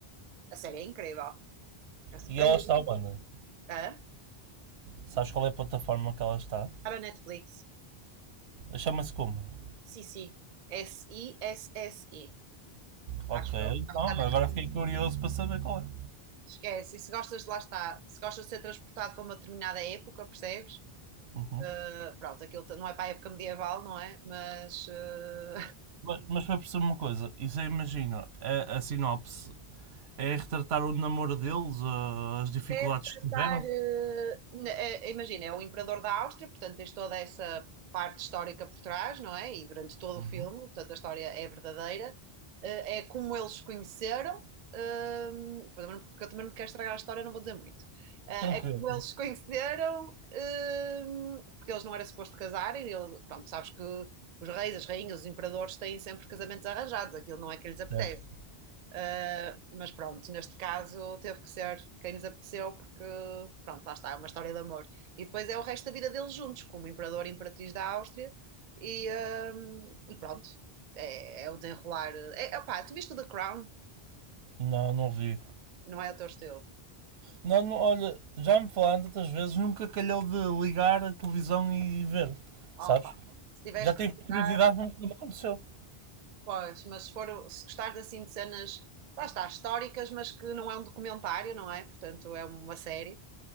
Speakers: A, on the right (about 55°); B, on the right (about 85°).
A: A série é incrível. Essa
B: e
A: Para
B: ela
A: mim,
B: está onde?
A: é?
B: Sabes qual é a plataforma que ela está?
A: Está no Netflix.
B: Chama-se como?
A: Sissi. S-I-S-S-I.
B: Ok,
A: Acho que
B: então
A: está mesmo
B: agora
A: como
B: fiquei
A: Sissi.
B: curioso para saber qual é.
A: Esquece. E se gostas, de lá está. Se gostas de ser transportado para uma determinada época, percebes?
B: Uhum.
A: Eh, pronto, aquilo t- não é para a época medieval, não é? Mas eh,
B: Mas, mas para perceber uma coisa, isso aí imagina, a, a sinopse é retratar o namoro deles, ah, as dificuldades
A: É para
B: que
A: estar,
B: tiveram.
A: eh, na- é- imagina, é o imperador da Áustria, portanto tens toda essa parte histórica por trás, não é? E durante todo
B: Uhum.
A: o filme, portanto a história é verdadeira, Eh, é como eles se conheceram, ehm, porque eu também não quero estragar a história, não vou dizer muito. Eh,
B: Tranquilo,
A: é como eles se conheceram, ehm, porque eles não era suposto casarem, e ele, pronto, sabes que os reis, as rainhas, os imperadores têm sempre casamentos arranjados, aquilo não é que lhes apetece.
B: certo.
A: Uh, mas pronto, neste caso teve que ser quem nos apeteceu, porque pronto, lá está, é uma história de amor. E depois é o resto da vida deles juntos, como imperador e imperatriz da Áustria, e, um, e pronto, é, é o desenrolar. É, opá, tu viste o The Crown?
B: Não, não vi.
A: Não é o teu estilo?
B: Não, não, olha, já me falaram tantas vezes, nunca calhou de ligar a televisão e ver,
A: Opa,
B: sabes?
A: se tiveres
B: Já
A: curiosidade,
B: tive curiosidade, mas nunca me aconteceu,
A: pois, mas se, for, se gostares assim de cenas, lá está, históricas, mas que não é um documentário, não é? Portanto, é uma série.